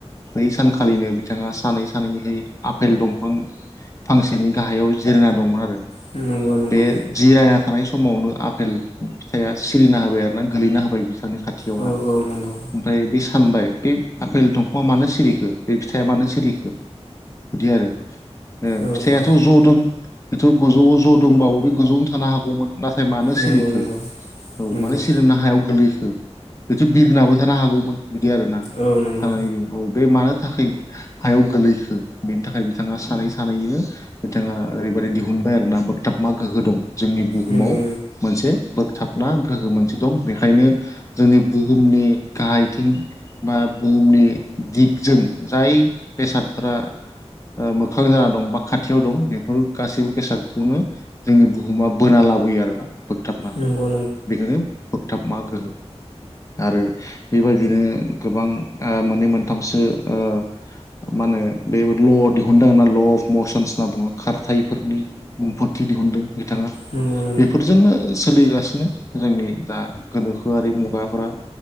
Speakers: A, on the left; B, on the left.
A: बै सानखालिनो बिथाङा सानै सानैहाय आफेल दंफां फांसेनि गाहायाव जिरायना दंमोन आरो
B: नंगौ नंगौ
A: बे जिरायना‌ थानाय समावनो आफेल फिथाइया सिरिना होबाय आरोना गोलैना होबाय बिथांनि खा खाथियाव
B: औ औ नंगौ
A: ओमफ्राय बे सानबाय बे आफेल दंफाङा मानो सिरिखो बे फिथाइया मानो सिरिखो बिदि आरो ओ
B: औ
A: फिथाय
B: औ
A: बेथ' गोजौआव ज' दंबा बे गोजौआवनो थानो हागौमोन नाथाय मानो
B: नंगौ
A: सिरिखो
B: नंगौ
A: औ
B: नंगौ
A: माने सिरिना हायाव गोलैखो बेथ' बिरनाबो थानो हागौमोन बिदि आरोना
B: औ नंगौ
A: थानानैबो बे मानो थाखाय हायाव गोलैखो बेनि थाखाय बिथाङा सानै सानैैनो बिथाङा ओरैबायदि दिहुनबाय आरो ना बोगथाबमा गोहो दं जोंनि बुहुमाव
B: नंगौ
A: मोनसे बोगथाबमा गोहो मोनसे दं बेखायनो जोंनि बुहुमनि गाहायथिं बा बुहुमनि दिगजों जाय बेसादफोरा मोखां जाना दं बा खाथि खाथियाव दं बेफोर गासैबो बेसादखौनो जोंनि बुहुमा बोना लाबोयो आरोना बोगथाबना
B: नंगौ नंगौ
A: बेखौनो थाबमा गोहो आरो बेबायदिनो गोबां ओ मोननै मोनथामसो ओ मा होनो बे ल' दिहुनदों होना ल' अफ मसनस होनना बुङो खारथायफोरनि बुंफोरथि दिहुनदों। बिथाङा
B: नंगौ नंगौ
A: बेफोरजोंनो सोलिगासिनो जोंनि दा गोनोखोआरि मुगाफोरा